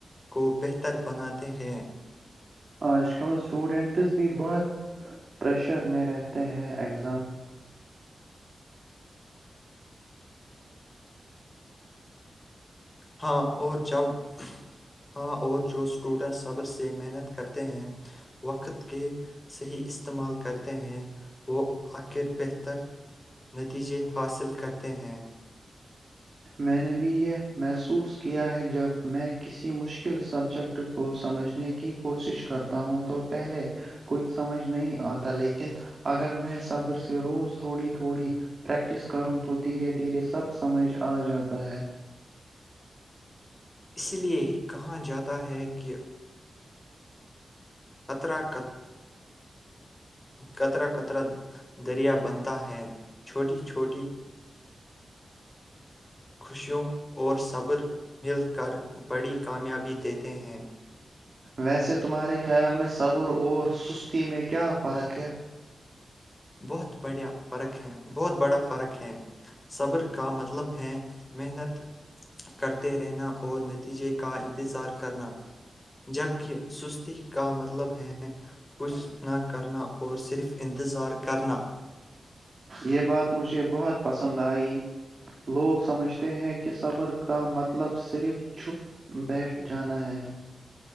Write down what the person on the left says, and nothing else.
کو بہتر بناتے ہیں
ہاں اور جب ہاں اور جو اسٹوڈن صبر سے محنت کرتے ہیں وقت کے صحیح استعمال کرتے ہیں وہ آخر بہتر نتیجے حاصل کرتے ہیں
اس لیے کہاں جاتا ہے کہ ر کترا کترا دریا بنتا ہے چھوٹی چ چھوٹی خوشیوں اور صبر مل کر بڑی کامیابی دیتے ہیں
بہت بڑھیا فرق ہے بہت بڑا فرق ہے صبر کا مطلب ہے محنت کرتے رہنا اور نتیجے کا انتظار کرنا جبک سستی کا مطلب ہے کچھ نہ کرنا اور صرف انتظار کرنا